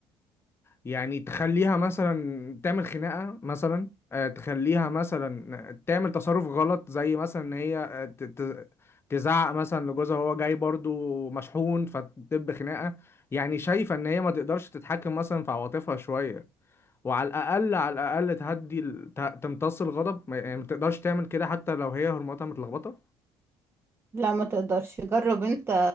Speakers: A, on the left; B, on the right.
A: يعني تخليها مثلا تعمل خناقه مثلا آه، تخليها مثلا تعمل تصرف غلط زي مثلا ان هي آه، ت- ت- تزعق مثلا لجوزها وهو جاي برضو مشحون فتدب خناقه يعني شايفه ان هي ما تقدرش تتحكم مثلا في عواطفها شويه وعلى الاقل على الاقل تهدي ال- ت- تمتص الغضب ما- يعني ما تقدرش تعمل كده حتى لو هي هرموناتها متلخبطه
B: لا ما تقدرش جرب انت